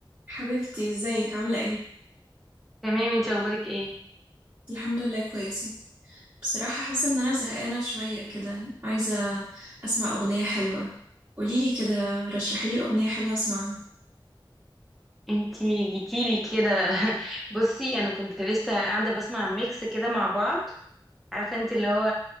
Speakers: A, on the right; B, in the centre.
A: حبيبتي ازيك عاملة ايه؟
B: تمام انتي اخبارك ايه
A: الحمد لله كويسة بصراحة حاسة ان انا زهقانة شوية كده عايزة اسمع اغنية حلوة قوليلي كده رشحيلي اغنية حلوة اسمعها
B: انتي جيتيلي كده <laughs> بصي انا كنت لسه قاعده بسمع ميكس كده مع بعض عارفه انت اللي هو